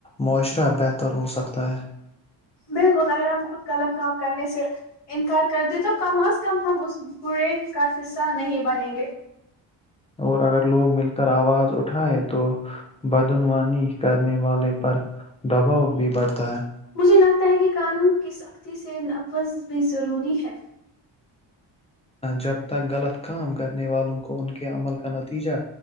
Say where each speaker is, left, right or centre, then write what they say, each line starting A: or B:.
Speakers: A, on the left (about 15°); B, on the left (about 60°).
A: معاشرہ بہتر ہو سکتا ہے
B: بالکل اگر ہم خود غلط کام کرنے سے انکار کر دیں تو کم از کم ہم اس برے کا حصہ نہیں بنیں گے
A: اور اگر لوگ مل کر آواز اٹھائے تو بدعنوانی کرنے والے پر دباؤ بھی بڑھتا ہے
B: مجھے لگتا ہے کہ قانون کی سختی سے نفذ بھی ضروری ہے
A: جب تک غلط کام کرنے والوں کو ان کے عمل کا نتیجہ